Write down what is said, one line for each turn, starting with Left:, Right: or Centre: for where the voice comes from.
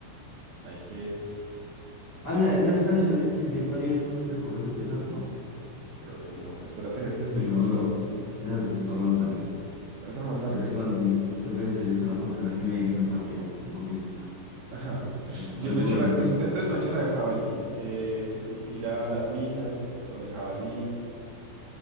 Right: hay que,
Left: Ah, mira, ¿no es esta visión de quien siembra vientos recoge tempestad? No,
Right: creo que no. Espérate que es que estoy
Left: <laughs> no,
Right: justo.
Left: no. Esa es otra más larga.
Right: Otra más larga.
Left: Porque es que más, tengo que vencer disco a una parcera que me, que me partió un poquito.
Right: <laughs> Ajá.
Left: Hace,
Right: Yo
Left: hace
Right: no
Left: un
Right: he hecho
Left: momentico.
Right: la, usted entonces no he hecho la del jabalí, que, que tiene que ir a las minas con el jabalí.